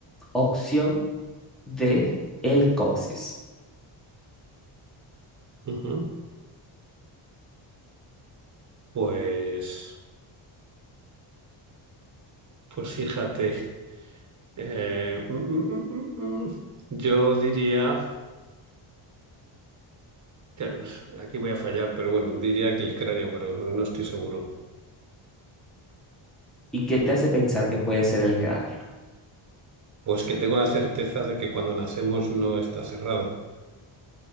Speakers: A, in the centre; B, on the right.
A: Opción D, el coxis.
B: ujú. Pues... Pues fíjate, eh, mm, mm, mm, mm, mm, yo diría, claro, aquí voy a fallar, pero bueno, diría que el cráneo, pero no estoy seguro.
A: ¿Y qué te hace pensar que puede ser el cráneo?
B: Pues que tengo la certeza de que cuando nacemos no está cerrado.